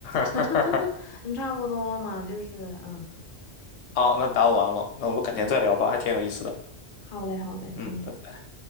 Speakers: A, on the left; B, on the left.
A: <laughs>
B: <laughs> 哈嗯，差不多嘛，就是嗯，
A: 好，那答完了，那我们改天再聊吧，还挺有意思的。
B: 好嘞，好嘞，行，
A: 嗯，拜拜。